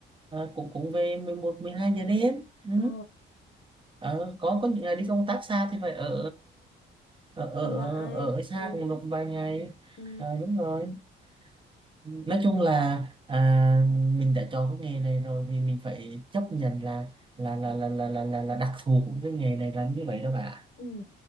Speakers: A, on the right; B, on the left.
A: à, cũng cũng về mười một mười hai giờ đêm ừ.
B: Ờ,
A: Ờ, có có những ngày đi công tác xa thì phải ở ở ở,
B: là là
A: ở,
B: ai?
A: ở xa
B: Đấy.
A: cùng được vài ngày
B: Ừ,
A: à, đúng rồi nói chung là à, mình đã chọn cái nghề này rồi thì mình phải chấp nhận là là là là là là, là, là đặc thù của cái nghề này là như vậy đó bà
B: ừ.